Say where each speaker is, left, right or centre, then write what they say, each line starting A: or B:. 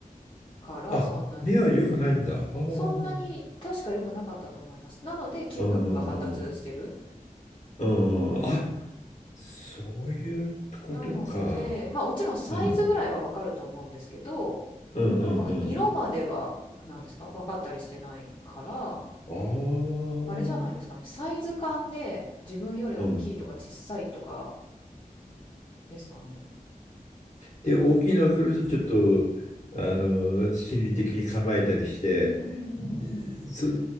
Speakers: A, on the left (about 35°); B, on the left (about 55°).
A: から、
B: あ、
A: そんなに。
B: 目は良くないんだ。ああ。
A: そんなに確か良くなかったと思います。なので、嗅覚が発達してる。
B: うんうんうん。うんうん。あ、そういうことか。
A: なので、ま、あもちろんサイズぐらいは分かると思うんですけど、
B: うん。うんうんうん。
A: 多分色までは、なんですか、分かったりしてないから、
B: ああ。
A: あれじゃないですかね、サイズ感で自分より大きいとか小さいとか
B: うん。
A: ですかね？
B: で、大きいのが来るとちょっと、あの、心理的に構えたりして、
A: うんうんうんうん。
B: でそれ